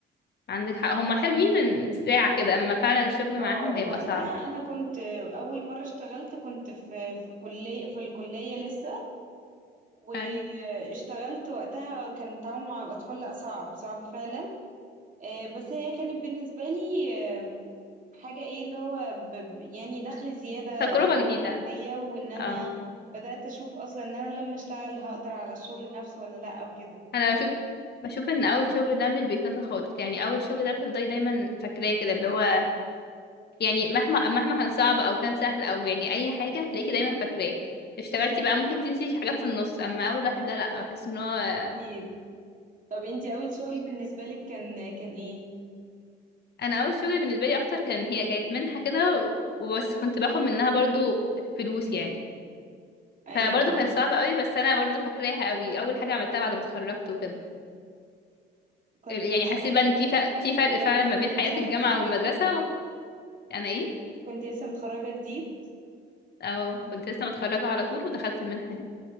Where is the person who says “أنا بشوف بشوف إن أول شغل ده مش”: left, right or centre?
Left